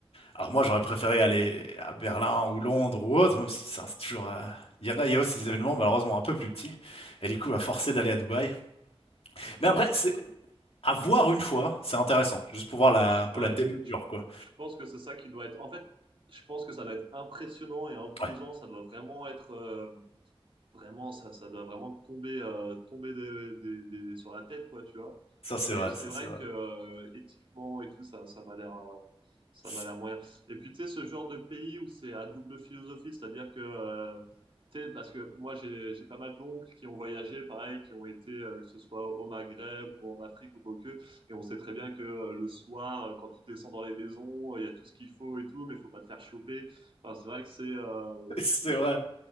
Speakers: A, on the left; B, on the right.
A: Alors moi, j'aurais préféré aller à Berlin ou Londres ou autre, même si ça, c'est toujours... euh, Il y en a, il y a aussi des événements malheureusement un peu plus petits. Et du coup, à forcer d'aller à Dubaï.
B: <laughs>
A: Mais après, c'est à voir une fois, c'est intéressant. Juste pour voir la, un peu
B: Ah
A: la
B: Ouais,
A: démesure,
B: je,
A: quoi.
B: je pense que c'est ça qui doit être. En fait, je pense que ça doit être impressionnant et imposant.
A: Ouais,
B: Ça doit vraiment être. euh, Vraiment, ça, ça doit vraiment tomber, euh, tomber des, des- des- sur la tête, quoi, tu vois.
A: ça c'est
B: Mais
A: vrai,
B: c'est
A: ça
B: vrai
A: c'est vrai.
B: que euh, éthiquement et tout, ça, ça m'a l'air, euh,
A: <laughs>
B: ça m'a l'air moyen. Et puis, tu sais, ce genre de pays où c'est à double philosophie, c'est-à-dire que, euh, tu sais, parce que moi, j'ai, j'ai pas mal d'oncles qui ont voyagé, pareil, qui ont été, euh, que ce soit au Maghreb ou en Afrique ou quoi que, et on sait très bien que euh, le soir, euh, quand tu descends dans les maisons, euh, il y a tout ce qu'il faut et tout, mais faut pas te faire choper. Enfin, c'est vrai que c'est, euh, c'est,
A: C'est vrai.